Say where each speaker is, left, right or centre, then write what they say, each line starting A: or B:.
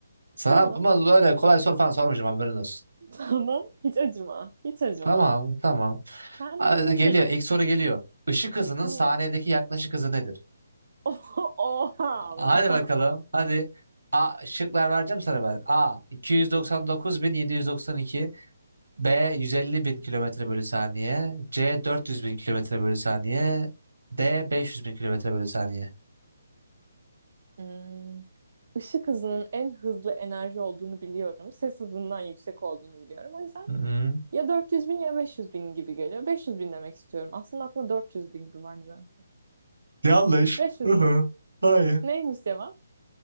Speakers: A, on the right (about 80°); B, on the right (about 60°).
A: Sana
B: tamam
A: ama öyle kolay soru falan sormayacağım haberin olsun.
B: <laughs> tamam hiç acıma hiç acıma.
A: Tamam tamam.
B: Kendime
A: Hadi
B: güveniyorum.
A: Geliyor ilk soru geliyor. Işık hızının
B: Tamam.
A: saniyedeki yaklaşık hızı nedir?
B: <laughs> Oha
A: Hadi
B: ama.
A: bakalım hadi. A, şıklar vereceğim sana ben. A 299.792 B 150.000 kilometre bölü saniye C 400.000 kilometre bölü saniye D 500.000 kilometre bölü saniye.
B: Hmm. Işık hızının en hızlı enerji olduğunu biliyorum. Ses hızından yüksek olduğunu biliyorum. O yüzden
A: Hı hı.
B: ya 400 bin ya 500 bin gibi geliyor. 500 bin demek istiyorum. Aslında aklımda 400 bin gibi var nedense.
A: Yanlış.
B: 500
A: Hı hı,
B: bin.
A: Hayır.
B: Neymiş cevap?